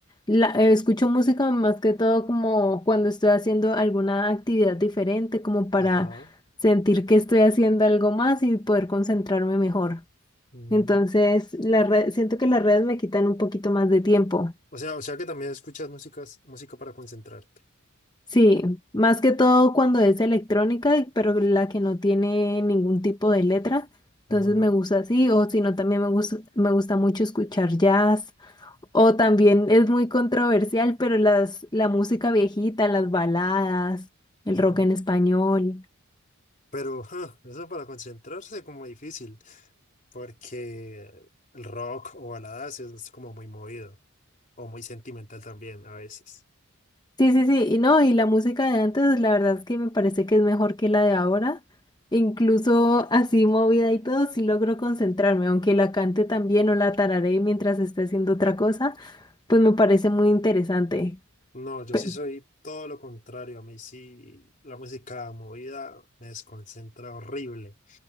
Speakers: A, on the left (about 20°); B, on the left (about 35°).
A: la, eh, escucho música más que todo como cuando estoy haciendo alguna actividad diferente, como para
B: Ajá.
A: sentir que estoy haciendo algo más y poder concentrarme mejor.
B: ujú.
A: Entonces, la red, siento que las redes me quitan un poquito más de tiempo.
B: O sea, o sea que también escuchas músicas, música para concentrarte.
A: Sí, más que todo cuando es electrónica, pero la que no tiene ningún tipo de letra. Entonces
B: Ajá.
A: me gusta así, o si no, también me gusta, me gusta mucho escuchar jazz. O también es muy controversial, pero las, la música viejita, las baladas, el
B: ujú.
A: rock en español.
B: Pero ja, eso para concentrarse es como difícil, porque el rock o baladas es como muy movido o muy sentimental también a veces.
A: Sí, sí, sí, y no, y la música de antes, la verdad es que me parece que es mejor que la de ahora. Incluso así movida y todo, sí logro concentrarme, aunque la cante también o la tararé mientras esté haciendo otra cosa, pues me parece muy interesante.
B: No, yo
A: Pe-
B: sí soy todo lo contrario. A mí sí la música movida me desconcentra horrible.